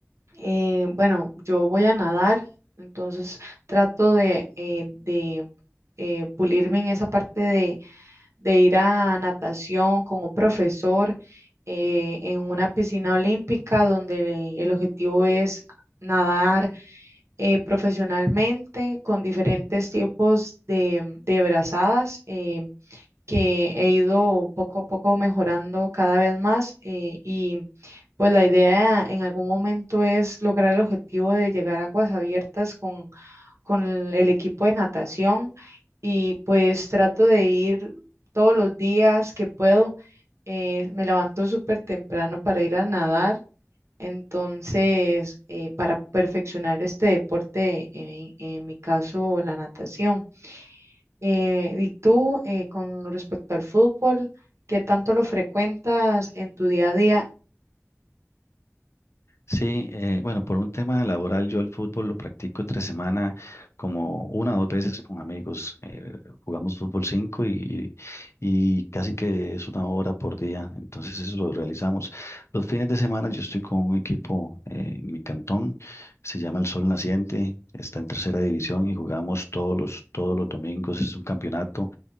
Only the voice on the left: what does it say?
Sí, eh, bueno, por un tema laboral yo el fútbol lo practico entre semana como una o dos veces con amigos. Eh, jugamos fútbol 5 y, y casi que es una hora por día, entonces eso lo realizamos. Los fines de semana yo estoy con un equipo eh, en mi cantón, se llama El Sol Naciente, está en tercera división y jugamos todos los, todos los domingos. Es un campeonato